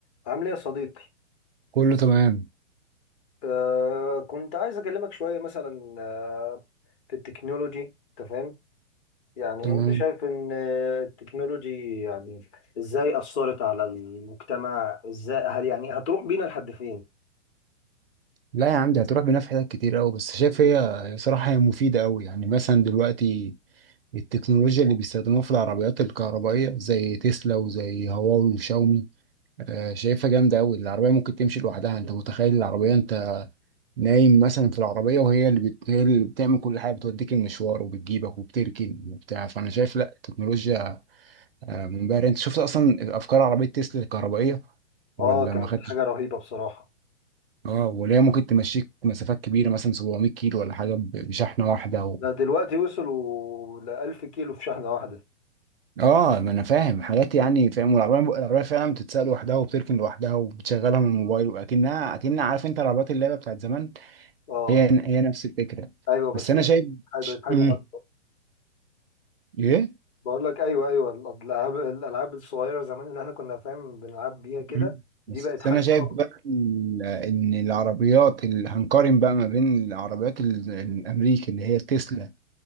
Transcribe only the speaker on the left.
عامل ايه يا صديقي
آه كنت عايز اكلمك شويه مثلا آه في التكنولوجي انت فاهم يعني
انت شايف ان آه، التكنولوجي يعني ازاي اثرت على المجتمع ازاي هل يعني هتروح بينا لحد فين
اه كانت
حاجه رهيبه بصراحه
ده دلوقتي وصلوا ل 1000 كيلو في شحنه واحده
اه
ايوه بس
بقت
بقت حجمه
اكبر
بقول لك ايوه ايوه الالعاب الالعاب الصغيره زمان اللي احنا كنا فاهم بنلعب بيها كده
دي
بقت حجم
اكبر